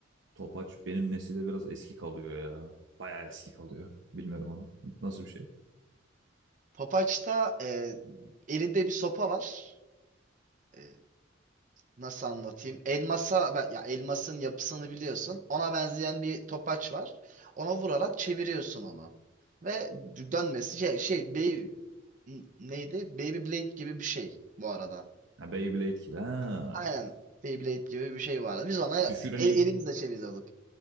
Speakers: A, on the right (about 65°); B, on the right (about 40°).
A: Topaç benim nesilde biraz eski kalıyor ya. Bayağı eski kalıyor. Bilmiyorum onu. N- Nasıl bir şey?
B: Topaçta e, elinde bir sopa var. E, nasıl anlatayım? Elmasa, ben- ya elmasın yapısını biliyorsun. Ona benzeyen bir topaç var. Ona vurarak çeviriyorsun onu. Ve dönmesi şey, şey N- neydi? Beyblade gibi bir şey bu arada.
A: Ha, Beyblade gibi. Ha.
B: Aynen Beyblade gibi bir şey vardı. Biz ona
A: Düşürenin
B: el, elimizle çeviriyorduk.